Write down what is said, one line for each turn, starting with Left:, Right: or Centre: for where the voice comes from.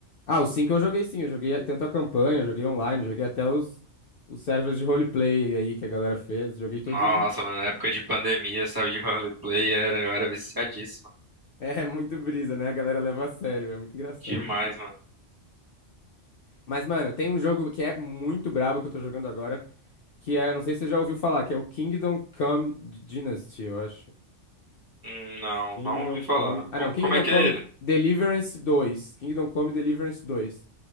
Left: ah, o 5 eu joguei sim, eu joguei eh, tanto a campanha, joguei online, joguei até os, os servers de roleplay aí que a galera fez, joguei todos.
Right: Nossa,
Left: os- <laughs>
Right: mano, na época de pandemia, sabe, de roleplay, era, eu era viciadíssima.
Left: É muito brisa, né? A galera leva a sério, é muito engraçado.
Right: Demais, mano.
Left: Mas, mano, tem um jogo que é muito brabo que eu tô jogando agora, que é, não sei se você já ouviu falar, que é o Kingdom Come Dynasty, eu acho.
Right: Hum, Não,
Left: Kingdom
Right: não ouvi falar.
Left: Come.
Right: Co-
Left: Ah, não, Kingdom
Right: como é que
Left: Come
Right: é ele?
Left: Deliverance dois, Kingdom Come Deliverance dois.